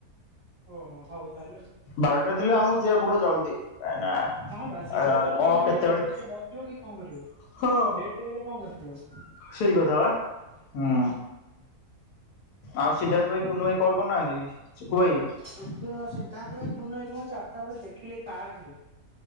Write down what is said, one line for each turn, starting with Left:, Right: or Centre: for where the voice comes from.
Right: ଓହୋ ହଉ ତାହେଲେ
Left: ବାରଟାରେ ଥିଲେ ଆମକୁ ଯିବାକୁ ପଡିବ ଜଲଦି କାହିଁ ନା
Right: ହଁ ବା ଶୀଘ୍ର
Left: ଆ
Right: ଗଲେ
Left: କଣ
Right: ତମେ
Left: କେତେବେଳେ
Right: ଟିକେ ବସିବ କି କଣ କରିବ
Left: ହଁ
Right: ଲେଟ ରେ ଗଲେ କଣ କରିବ?
Left: ସେଇ କଥା ବା ହୁଁ ଆଉ ସିଧା କୁ ଭାଇ କୁନୁ ଭାଇ କଲ କରିନାହାନ୍ତି? ଚିକୁ ଭାଇ
Right: ସୂର୍ଯ୍ୟ ସିଦ୍ଧାନ୍ତ ଭାଇ କୁନୁ ଭାଇକୁ ମୁ ଆ ଚାରିଟା ବେଳେ ଦେଖିଲି ପାର୍କ ରେ।